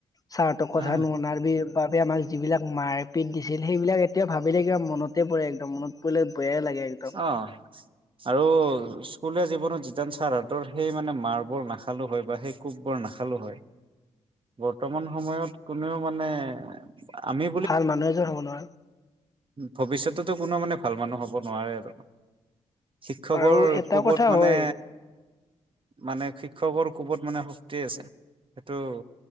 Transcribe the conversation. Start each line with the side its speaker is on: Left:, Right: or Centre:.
Left: চাৰহঁতৰ কথা
Right: অ অ
Left: নুশুনা আৰু বি বাবে আমাক যিবিলাক মাৰপিট দিছিল সেইবিলাক এতিয়াও ভাবিলে কিবা মনতে পৰে একদম মনত পৰিলে। বেয়াই লাগে একদম
Right: অহ ', আৰু স্কুল জীৱনত যিতান চাৰ হাতৰ সেই মানে মাৰবোৰ নাখালো হয় বা সেই কোপবোৰ নাখালো হয় বৰ্তমান সময়ত কোনেও মানে। আমি
Left: ভাল মানুহ এজন হ'ব নোৱাৰে।
Right: ভৱিষ্যতো কোনো মানে ভাল মানুহ হ'ব। নোৱাৰে আৰু। শিক্ষকৰ
Left: আৰু এটা
Right: কোবত
Left: কথা
Right: মানে।
Left: হয়
Right: মানে শিক্ষকৰ কোবত মানে শক্তি আছে সেইটো